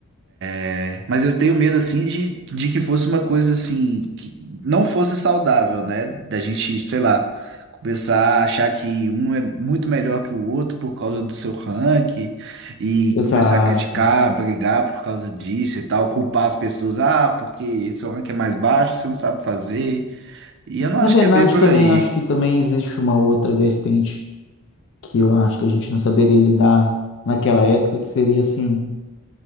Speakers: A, on the right; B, on the left.
A: É, Mas eu tenho medo, assim, de, de que fosse uma coisa, assim, que não fosse saudável, né? Da gente, sei lá, começar a achar que um é muito melhor que o outro por causa do seu ranking e
B: exato.
A: começar a criticar, brigar por causa disso e tal, culpar as pessoas, ah, porque seu ranking é mais baixo, você não sabe fazer. E eu não acho
B: Na verdade,
A: que é bem por
B: também
A: aí.
B: acho que também existe uma outra vertente que eu acho que a gente não saberia lidar naquela época, que seria assim,